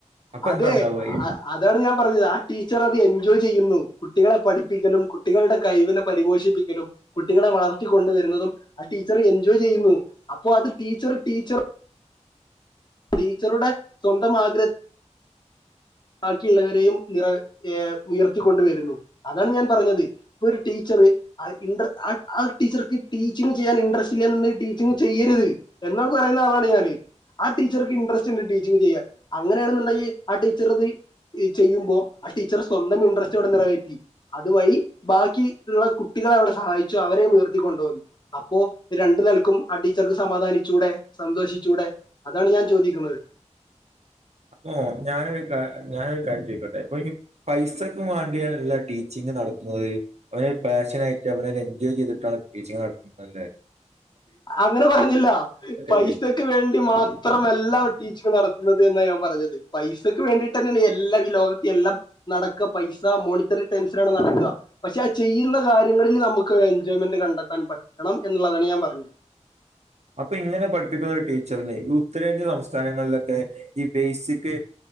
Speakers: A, on the right (about 65°); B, on the left (about 35°).
A: അപ്പൊ
B: അതെ
A: എന്താ ഉണ്ടാവുക ഈ
B: അ അ അതാണ് ഞാൻ പറഞ്ഞത് ആ ടീച്ചറത് എൻജോയ് ചെയ്യുന്നു കുട്ടികളെ പഠിപ്പിക്കലും കുട്ടികളുടെ കഴിവിനെ പരിപോഷിപ്പിക്കലും കുട്ടികളെ വളർത്തിക്കൊണ്ടുവരുന്നതും ആ ടീച്ചർ എൻജോയ് ചെയ്യുന്നു അപ്പൊ അത് ടീച്ചർ ടീച്ചർ ടീച്ചറുടെ സ്വന്തം ആഗ്രഹ ബാക്കിയുള്ളവരെയും നിറ ഏ ഉയർത്തിക്കൊണ്ടുവരുന്നു അതാണ് ഞാൻ പറഞ്ഞത് ഇപ്പൊ ഒരു ടീച്ചർ ഇൻട്ര ആ ആ ഒരു ടീച്ചർക്ക് ടീച്ചിങ് ചെയ്യാൻ ഇൻട്രസ്റ്റ് ഇല്ലാന്ന്ണ്ടെങ്കിൽ ടീച്ചിംഗ് ചെയ്യരുത് എന്നാ പറയുന്ന ആളാണ് ഞാന് ആ ടീച്ചർക്ക് ഇന്ട്രസ്റ്റ് ഉണ്ട് ടീച്ചിംഗ് ചെയ്യാൻ അങ്ങനെണെന്ന്ണ്ടെങ്കിൽ ആ ടീ ടീച്ചറത് ചെയ്യുമ്പോൾ ആ ടീച്ചറെ സ്വന്തം ഇൻട്രസ്റ്റോടെ നിറവേറ്റി അതുവഴി ബാക്കി ഉള്ള കുട്ടികളെ അവടെ സഹായിച്ചു അവരെ ഉയർത്തിക്കൊണ്ടു വന്നു അപ്പോ രണ്ടു നിലക്കും ആ ടീച്ചർക്ക് സമാധാനിച്ചൂടെ സന്തോഷിച്ചൂടെ അതാണ് ഞാൻ ചോദിക്കുന്നത്
A: അപ്പൊ ഞാനൊരു കാ ഞാനൊരു കാര്യം ചോയ്ക്കട്ടെ അപ്പൊ ഈ പൈസക്കും വാണ്ടിയാണല്ലാ ടീച്ചിംഗ് നടത്തുന്നത് അവനരു പാഷനായിട്ട് അവനൊരു എൻജോയ് ചെയ്തിട്ട ട്ടാണ് ടീച്ചിംഗ് നടത്ത്ന്നതല്ലേ
B: അങ്ങനെ പറഞ്ഞില്ല പൈസക്ക്
A: ഇല്ലേ
B: വേണ്ടി മാത്രമല്ലവർ ടീച്ചിങ് നട ന്നത് തന്നെ ഞാൻ പറഞ്ഞത് പൈസക്ക് വേണ്ടിട്ടെന്നാണ് എല്ലാം ഈ ലോകത്തി എല്ലാം നടക്ക പൈസ മോണിറ്ററി ടെൻഷനാണ് നടക്ക പക്ഷെ ആ ചെയ്യുന്ന കാര്യങ്ങളിൽ നമുക്ക് എൻജോയ്മെന്റ് കണ്ടെത്താൻ പറ്റണം എന്നുള്ളതാണ് ഞാൻ പറഞ്ഞത്
A: അപ്പൊ ഇങ്ങനെ പഠിപ്പിക്കുന്നൊരു ടീച്ചർന് ഇ ഉത്തരേന്ത്യ സംസ്ഥാനങ്ങളിലൊക്കെ ഈ ബേസിക്